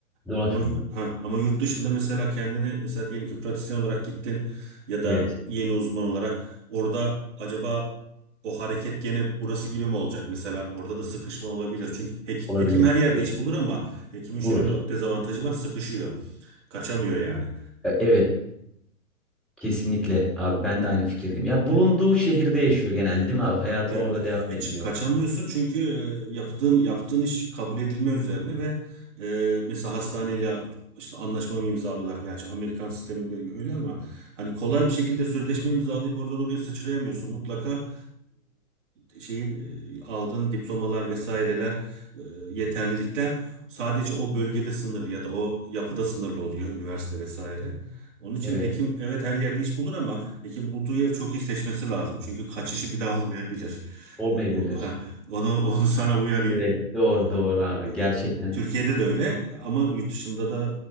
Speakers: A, in the centre; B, on the right (about 55°).
A: Dolaşma.
B: Ama ha, ama yurt dışında mesela kendini mesela diyelim ki pratisyen olarak gittin ya da
A: Evet.
B: yeni uzman olarak orada acaba o hareket gene burası gibi mi olacak? Mesela orada da sıkışma olabilir. Çünkü hek-
A: Olabilir.
B: hekim her yerde
A: Evet.
B: iş bulur ama hekimin şöyle
A: Bulur.
B: bir dezavantajı var sıkışıyor. Kaçamıyor yani.
A: Evet. Kesinlikle abi ben de aynı fikirdeyim. Ya bulunduğu şehirde yaşıyor genelde değil mi abi? Hayatı
B: Evet.
A: orada devam
B: E,
A: ediyor.
B: çık kaçamıyorsun çünkü e, yaptığın yaptığın iş kabul edilme üzerine ve e, mesela hastaneyle işte anlaşma mı imzalıyorlar? Gerçi Amerikan sisteminde öyle ama hani kolay bir şekilde sözleşme imzalayıp oradan oraya sıçrayamıyorsun. Mutlaka e, şeyi e, aldığın diplomalar vesaireler e, yeterlilikler sadece o bölgede sınırlı ya da o yapıda sınırlı oluyor üniversite vesaire. Onun için
A: Evet.
B: hekim evet her yerde iş bulur ama Peki bulduğu yeri çok iyi seçmesi lazım. Çünkü kaçışı bir daha olmayabilir.
A: Olmayabilir.
B: E, O, ha, onu <laughs> onu sana uyarayım.
A: Evet. Doğru
B: E,
A: doğru abi.
B: Yani
A: Gerçekten.
B: Türkiye'de de öyle ama yurt dışında da